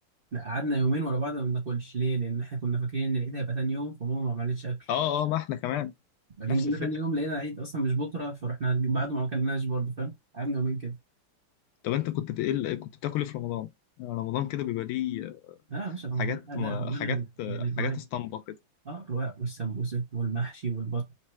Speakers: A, on the right (about 40°); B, on the left (about 80°).
A: لا قعدنا يومين ورا بعض ما بناكلش ليه لان احنا كنا فاكرين ان العيد هيبقى تاني يوم فماما ما عملتش اكل
B: اه اه ما احنا كمان
A: بعدين
B: نفس
A: جينا
B: الفكره
A: تاني يوم لقينا العيد اصلا مش بكره فرحنا بعده ما اكلناش برضه فاهم قعدنا يومين كده
B: طب انت كنت بت... إيه اللي- كنت بتاكل إيه في رمضان يعني رمضان كده بيبقى ليه
A: لا يا باشا رمضان
B: حاجات
A: لا لا، رمضان
B: حاجات
A: يعني يعني الرواق
B: حاجات اسطمبه كده
A: اه الرواق والسمبوسك والمحشي والبط